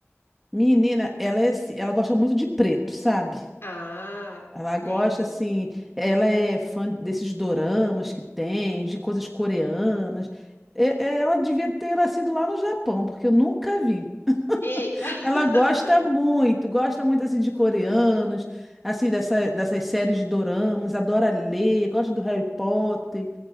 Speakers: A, in the centre; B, on the left.
A: menina, ela, é, assim- ela gosta muito de preto, sabe?
B: Ah,
A: Ela
B: entendo.
A: gosta, assim, ela é fã desses doramas que tem, de coisas coreanas. É- é, Ela devia ter nascido lá no Japão, porque eu nunca vi. <laughs>
B: Eita! <laughs>
A: Ela gosta muito, gosta muito, assim, de coreanos, assim, dessa, dessas séries de doramas, adora ler, gosta do Harry Potter,